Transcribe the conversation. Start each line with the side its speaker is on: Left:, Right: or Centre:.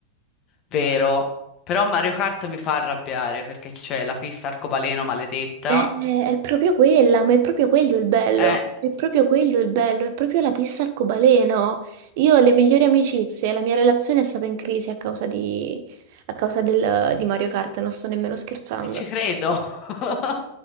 Left: Vero. Però Mario Kart mi fa arrabbiare perché c'è la pista arcobaleno maledetta.
Right: Eh, È proprio quella, ma è proprio quello il bello,
Left: Eh,
Right: è proprio quello il bello, è proprio la pista arcobaleno. Io ho le migliori amicizie, la mia relazione è stata in crisi a causa di, a causa del- di Mario Kart, non sto nemmeno scherzando.
Left: e ci credo. <laughs>